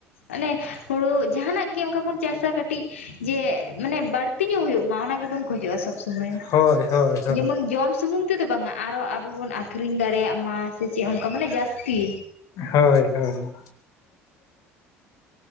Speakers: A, on the left; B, on the left.
A: ᱟᱱᱮ ᱦᱩᱲᱩ ᱡᱟᱦᱟᱱᱟᱜ ᱜᱮ ᱚᱱᱠᱟ ᱵᱚᱱ ᱪᱟᱥᱟ ᱠᱟᱹᱴᱤᱡ ᱡᱮ ᱢᱟᱱᱮ ᱵᱟᱹᱲᱛᱤ ᱧᱚᱜ ᱦᱳᱭᱳᱜ ᱢᱟ᱾ ᱠᱷᱚᱡᱚᱜ-ᱟ ᱥᱚᱵ ᱥᱚᱢᱚᱭ
B: ᱦᱳᱭ ᱦᱳᱭ ᱦᱳᱭ
A: ᱡᱮᱢᱚᱱ ᱡᱚᱢ ᱥᱩᱢᱩᱝᱼᱼ ᱛᱤ ᱫᱚ ᱵᱟᱝᱟ ᱟᱨᱚ ᱟᱵᱚᱵᱚᱱ ᱟᱹᱠᱷᱨᱤᱧ ᱫᱟᱲᱮᱭᱟᱜ ᱢᱟ ᱥᱮ ᱪᱮᱫ ᱚᱱᱠᱟ ᱢᱟᱱᱮ ᱡᱟᱹᱥᱛᱤ,
B: ᱦᱳᱭ ᱦᱳᱭ᱾